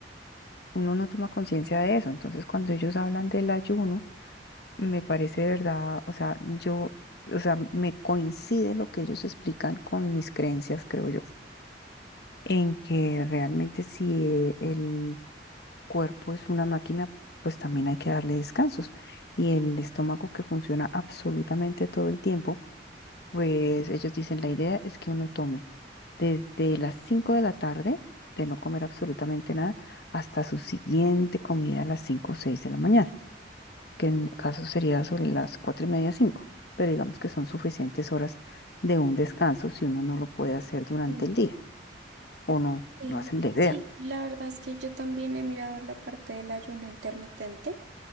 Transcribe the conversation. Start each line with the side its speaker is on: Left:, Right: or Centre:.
Left: Uno no toma conciencia de eso, entonces cuando ellos hablan del ayuno, me parece de verdad, o sea, yo, o sea, me coincide lo que ellos explican con mis creencias, creo yo en que realmente si el cuerpo es una máquina, pues también hay que darle descansos. Y el estómago que funciona absolutamente todo el tiempo, pues ellos dicen, la idea es que uno tome desde las 5 de la tarde, de no comer absolutamente nada, hasta su siguiente comida a las cinco o 6 de la mañana, que en mi caso sería sobre las 4 y media, 5, Pero digamos que son suficientes horas de un descanso si uno no lo puede hacer durante
Right: Ujú.
Left: el día o no,
Right: Sí,
Left: no hace el deber.
Right: sí, la verdad es que yo también he mirado la parte del ayuno intermitente.